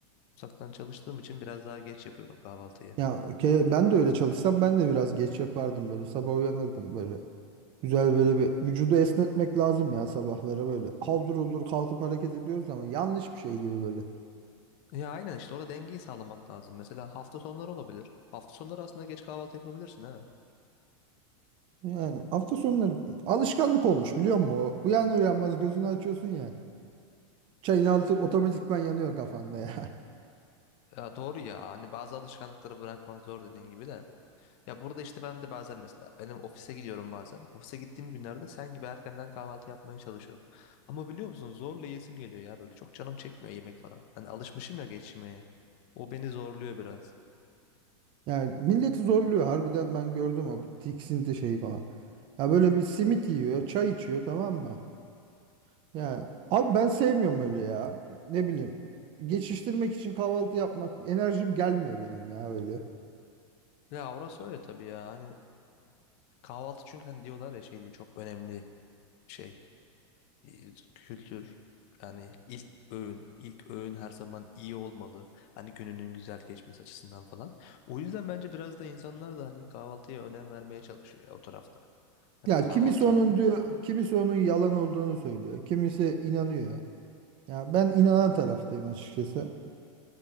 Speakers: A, on the left; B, on the right.
A: Uzaktan çalıştığım için biraz daha geç yapıyorum kahvaltıyı.
B: Ya ke- ben de öyle çalışsam ben de biraz geç yapardım böyle. Sabah uyanırdım böyle. Güzel böyle bir vücudu esnetmek lazım ya sabahlara böyle. Haldır huldur kalkıp hareket ediyoruz ama yanlış bir şey gibi böyle.
A: Ya aynen işte orada dengeyi sağlamak lazım. Mesela hafta sonları olabilir. Hafta sonları aslında geç kahvaltı yapabilirsin ha.
B: Yani hafta sonları alışkanlık olmuş biliyor musun? O uyanır uyanmaz gözünü açıyorsun ya. Çayın altı otomatikman yanıyor kafanda ya.
A: Ya doğru ya hani bazı alışkanlıkları bırakmak zor dediğin gibi de. Ya burada işte ben de bazen mesela benim ofise gidiyorum bazen. Ofise gittiğim günlerde sen gibi erkenden kahvaltı yapmaya çalışıyorum. Ama biliyor musun zorla yesim geliyor ya böyle çok canım çekmiyor yemek falan. Hani alışmışım ya geçmeye. O beni zorluyor biraz.
B: Yani milleti zorluyor harbiden ben gördüm o bir tiksinti şeyi falan. Ya böyle bir simit yiyor, çay içiyor tamam mı? Ya abi ben sevmiyorum öyle ya. Ne bileyim. Geçiştirmek için kahvaltı yapmak enerjim gelmiyor benim ya öyle.
A: Ya orası öyle tabii ya hani kahvaltı çünkü hani diyorlar ya şey diye çok önemli şey e, kültür. Yani ilk öğün, ilk öğün her zaman iyi olmalı. Hani gününün güzel geçmesi açısından falan. O yüzden bence biraz da insanlar da hani kahvaltıya önem vermeye çalışıyor ya o tarafta. Hani
B: Ya
A: kahvaltı
B: kimisi onun
A: falan.
B: diyor, kimisi onun yalan olduğunu söylüyor. Kimisi inanıyor. Ya ben inanan taraftayım açıkçası.